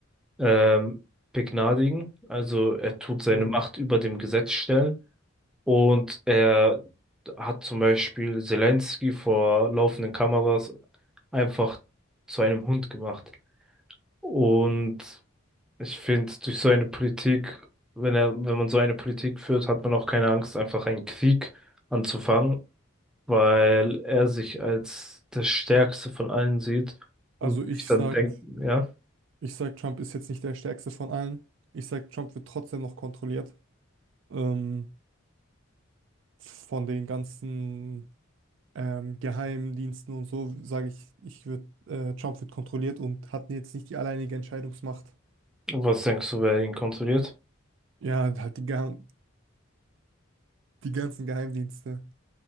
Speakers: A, in the centre; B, on the right.
A: ähm, begnadigen. Also er tut seine
B: Ja.
A: Macht über dem Gesetz stellen und er hat zum Beispiel Zelensky vor laufenden Kameras einfach zu einem Hund gemacht. Und ich finde, durch so eine Politik, wenn er, wenn man so eine Politik führt, hat man auch keine Angst, einfach einen Krieg anzufangen, weil er sich als das Stärkste von allen sieht und
B: Also ich
A: ich dann
B: sag,
A: denke, ja,
B: ich sag, Trump ist jetzt nicht der stärkste von allen. Ich sag, Trump wird trotzdem noch kontrolliert. Ähm, von den ganzen ähm, Geheimdiensten und so, sage ich, ich würd, äh, Trump wird kontrolliert und hat jetzt nicht die alleinige Entscheidungsmacht.
A: was denkst du, wer ihn kontrolliert?
B: Ja, halt die, Geheim die ganzen Geheimdienste,